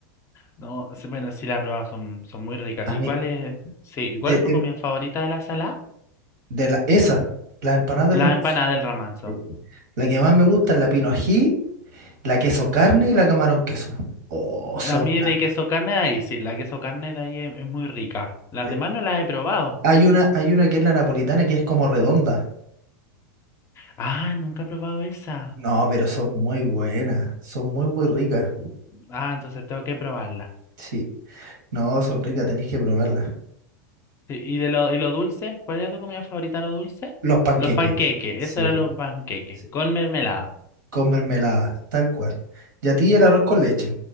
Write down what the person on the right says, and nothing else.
A
mí,
de,
de,
de la, esa, las empanadas del
Ramos.
Sí. La que más me gusta es la pino ají, la queso carne y la camarón queso. Oh, son
una.
le-
Hay una, hay una que es la napolitana que es como redonda.
No, pero son muy buenas. Son muy, muy ricas.
Sí. No, son ricas, tenéis que probarlas.
Los panqueques.
Sí,
los,
sí.
Con mermelada, tal cual. Y a ti el
arroz con leche.